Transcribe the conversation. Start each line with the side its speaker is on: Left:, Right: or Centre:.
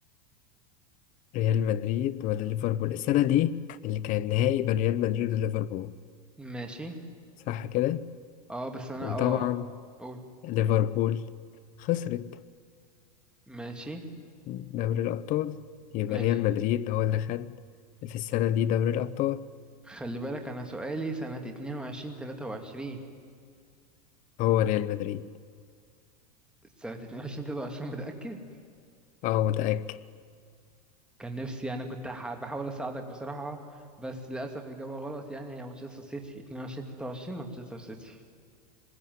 Left: ريال مدريد ولا ليفربول السنة دي اللي كان نهائي بين ريال مدريد وليفربول
Centre: ماشي
Left: صح كده
Centre: اه بس انا
Left: وطبعا
Centre: اه قول
Left: ليفربول خسرت
Centre: ماشي
Left: دوري الأبطال يبقى
Centre: ماشي
Left: ريال مدريد هو اللي خد في السنة دي دوري الأبطال
Centre: خلي بالك انا سؤالي سنة اتنين وعشرين تلاتة وعشرين
Left: هو ريال مدريد
Centre: سنة اتنين وعشرين تلاتة وعشرين متأكد
Left: اه متأكد
Centre: كان نفسي يعني كنت ح- بحاول اساعدك بصراحة بس للأسف إجابة غلط يعني هي مانشستر سيتي اتنين وعشرين تلاتة وعشرين مانشستر سيتي